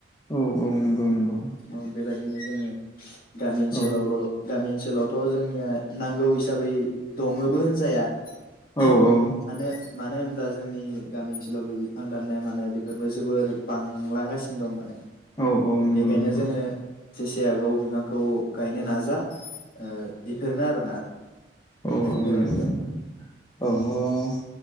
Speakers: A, on the left (about 20°); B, on the left (about 55°).
A: औ औ नंगौ नंगौ
B: औ बेबायदिनो जोङो गामि ओनसोलावल'
A: औ
B: गामि ओनसोलावथ' जोंनिया नांगौ हिसाबै दङबो होनजाया <unintelligible>
A: औ औ
B: माने मानो होनब्ला जोंनि गामि ओनसोलावबो बिफां दाननाय मानाय बेफोरबो जोबोर बांलांगासिनो दं माने
A: औ औ नंगौ
B: बेखायनो
A: नंगौ
B: जोङो जेसे हागौ बिफांखौ गायनो नाजा। ओ बेफोरनो आरोना
A: अ अ <unintelligible>
B: बेबायदि